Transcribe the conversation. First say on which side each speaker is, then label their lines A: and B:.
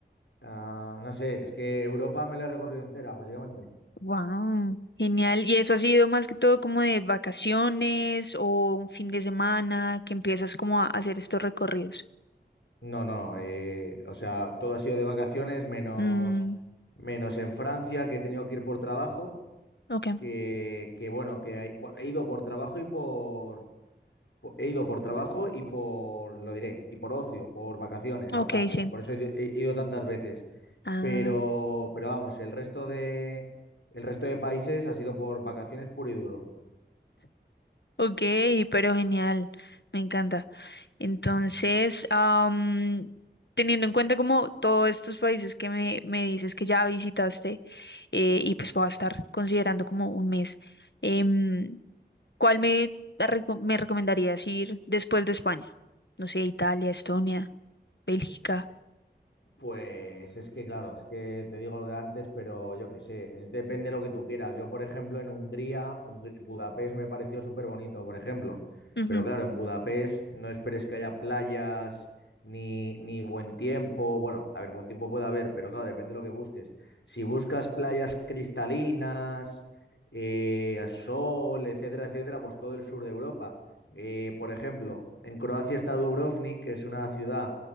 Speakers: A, on the left (about 85°); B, on the left (about 70°).
A: Ah, no sé, es que Europa me la he recorrido entera, básicamente.
B: Wow. Genial. ¿Y eso ha sido más que todo como de vacaciones o un fin de semana que empiezas como a hacer estos recorridos?
A: No, no, no, eh, o sea, todo ha sido de vacaciones, menos,
B: Mm,
A: menos en Francia, que he tenido que ir por trabajo,
B: ok,
A: que, que bueno, que hay- bu- he ido por trabajo y por, po- he ido por trabajo y por, lo diré, y por ocio, por vacaciones
B: ok,
A: a Francia.
B: sí.
A: Por eso he, ido he ido tantas veces.
B: Ah,
A: Pero, pero vamos, el resto de, el resto de países ha sido por vacaciones puro y duro.
B: ok, pero genial. Me encanta. Entonces, am, teniendo en cuenta como todos estos países que me, me dices que ya visitaste eh, y pues voy a estar considerando como un mes, em, ¿cuál me, reco- me recomendarías ir después de España? No sé, Italia, Estonia, Bélgica.
A: Pues es que, claro, es que te digo lo de antes, pero yo qué sé, es- depende de lo que tú quieras. Yo, por ejemplo, en Hungría, Hungr- Budapest me pareció súper bonito, por ejemplo.
B: Ujú,
A: Pero claro, en Budapest no esperes que haya playas ni, ni buen tiempo. Bueno, a ver, buen tiempo puede haber, pero claro, depende de lo que busques. Si buscas playas cristalinas, eh, sol, etcétera, etcétera, pues todo el sur de Europa. Eh, por ejemplo, en Croacia está Dubrovnik, que es una ciudad